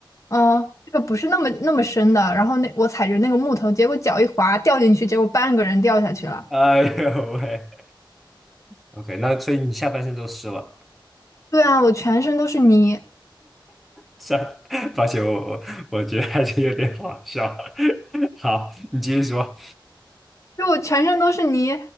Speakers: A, on the left; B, in the centre.
A: 嗯，这个不是那么那么深的，然后那我踩着那个木头，结果脚一滑掉进去，结果半个人掉下去了。
B: <laughs> 哎呦喂，OK，那所以你下半身都湿了。
A: 对啊，我全身都是泥。
B: 算，抱歉，我我我觉得还是有点好笑。<laughs> 好，你继续说。
A: 就我全身都是泥，